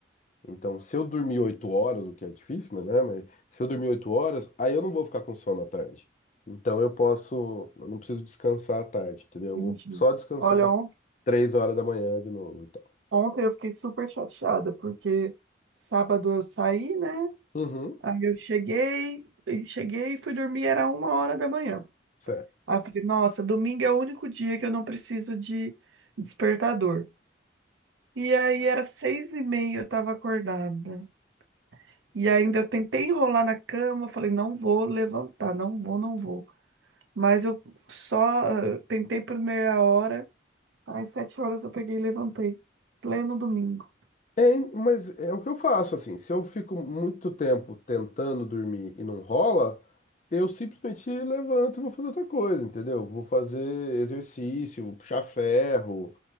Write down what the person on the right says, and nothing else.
Entendi.
Olha, on-
ontem eu fiquei super chateada, porque sábado eu saí, né?
Aí eu cheguei, e cheguei e fui dormir, era uma hora da manhã.
Aí eu falei, nossa, domingo é o único dia que eu não preciso de despertador. E aí era seis e meia, eu tava acordada. E ainda eu tentei enrolar na cama, falei, não vou levantar, não vou, não vou. Mas eu só eh, tentei por meia hora, às sete horas eu peguei e levantei. Pleno domingo.